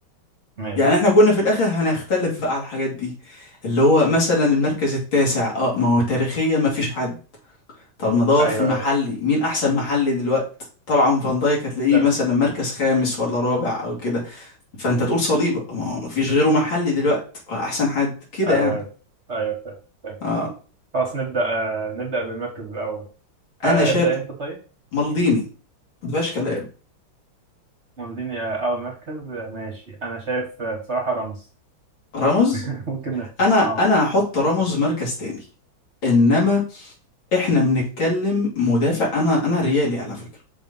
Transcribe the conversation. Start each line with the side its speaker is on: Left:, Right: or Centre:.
Right: ماشي
Left: يعني احنا كنا في الاخر هنختلف بقى على الحاجات دي اللي هو مثلا المركز التاسع اه ما هو تاريخيا ما فيش حد طب ندور
Right: أيوه
Left: في المحلي
Right: أيوه
Left: مين احسن محلي دلوقتي طبعا فان دايك هتلاقيه
Right: تمام.
Left: مثلا مركز خامس ولا رابع او كده فانت تقول صليبه ما هو مفيش غيره محلي دلوقتي احسن حد كده
Right: أيوه
Left: يعني
Right: أيوه أيوه فاهم.
Left: اه
Right: خلاص نبدأ آه، نبدأ بالمركز الأول آه،
Left: انا شايف
Right: ابدأ أنت طيب
Left: مالديني مفيهاش كلام
Right: مولديني آه، أول مركز آه، ماشي أنا شايف آه، بصراحة رمز
Left: راموس
Right: <laughs> ممكن نفتح
Left: انا
Right: أه
Left: انا هحط راموس مركز تاني انما احنا بنتكلم مدافع انا انا ريالي على فكره